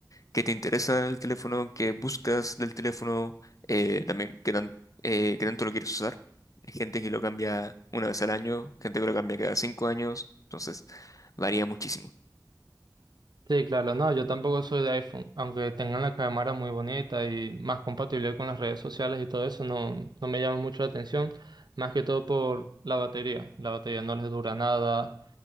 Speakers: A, on the left (about 50°); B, on the right (about 75°).
A: que te interesa del teléfono, que buscas del teléfono, eh, también qué tan, eh, qué tanto lo quieres usar. Hay gente que lo cambia una vez al año, gente que lo cambia cada cinco años, entonces varía muchísimo.
B: Sí, claro, no, yo tampoco soy de iPhone, aunque tengan la cámara muy bonita y más compatible con las redes sociales y todo eso, no, no me llama mucho la atención, más que todo por la batería. La batería no les dura nada.